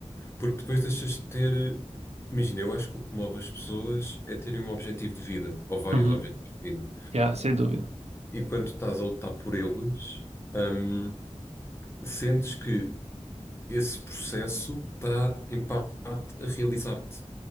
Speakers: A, on the left (about 20°); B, on the right (about 70°).
A: Porque depois deixas de ter. Imagina, eu acho que o que move as pessoas é terem um objetivo de vida, ou vários
B: uhum.
A: objetivos de vida.
B: Yeah, sem dúvida.
A: E quando estás a lutar por eles, hum, sentes que. esse processo está, em parte, a realizar-te.